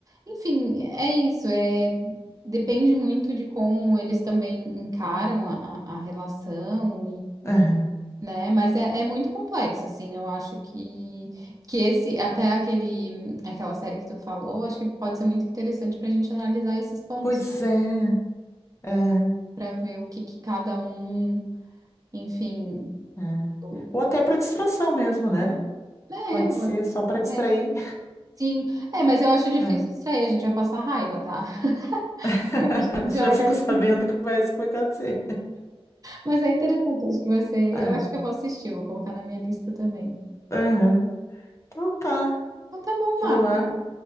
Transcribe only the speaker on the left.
Aham.
Pois
é, é,
é.
Ou até para distração mesmo, né?
Pode
ser só para distrair.
É.
<laughs>
Já fico
sabendo que vai isso que vai acontecer.
É.
Aham. Então tá,
vou
lá,